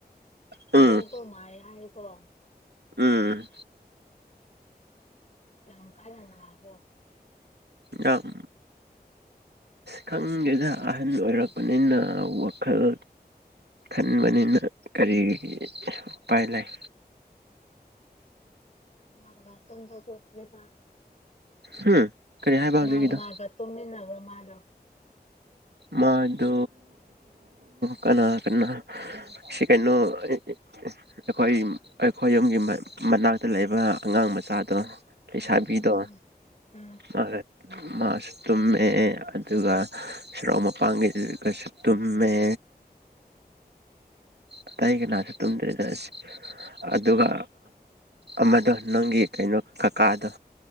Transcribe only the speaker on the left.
ꯏꯕꯣꯛꯇꯣ ꯅꯥꯏ ꯍꯥꯏ ꯑꯣ
ꯌꯥꯝ ꯀꯥꯟꯅꯅꯥꯕꯣ
ꯀꯅꯥ ꯀꯅꯥ ꯇꯣꯟꯕꯕꯨꯁꯂ <unintelligible> ꯇ
ꯀꯅꯥ
ꯀꯅꯥꯒ ꯇꯨꯝꯃꯤꯟꯅꯕ꯭ꯔꯣ ꯃꯥꯗꯣ
ꯎꯝ ꯎꯝ ꯎꯝ